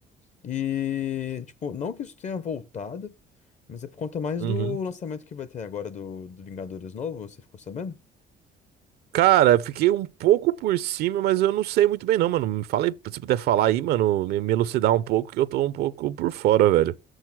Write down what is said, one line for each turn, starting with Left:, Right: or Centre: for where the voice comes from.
Left: E, tipo, não que isso tenha voltado, mas é por conta mais
Right: Uhum.
Left: do lançamento que vai ter agora do, do Vingadores novo, você ficou sabendo?
Right: Cara, eu fiquei um pouco por cima, mas eu não sei muito bem não, mano. Me fala aí, se puder falar aí, mano, me me elucidar um pouco, que eu tô um pouco por fora, velho.